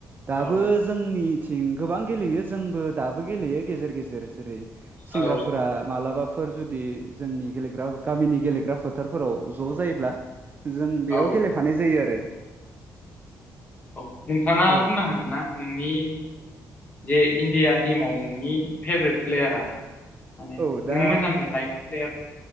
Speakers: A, on the right; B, on the left.
A: दाबो
B: औ
A: जोंनि थिं गोबां गेलेयो जोंबो दाबो गेलेयो गेजेर गेजेर जेरै सेंग्राफोरा
B: औ
A: मालाबा फोर जुदि जोंनि गेलेग्रा गामिनि गेलेग्रा फोथारफोराव ज' जायोब्ला जों बेयाव
B: औ
A: गेलेफानाय जायो आरो
B: औ नोंथाङा
A: औ
B: बुंनो हागोनना नोंनि जे इण्डिया टिमाव नोंनि फेभरेट प्लेयारा माने
A: औ दा
B: नों मोजां मोननाय प्लेयार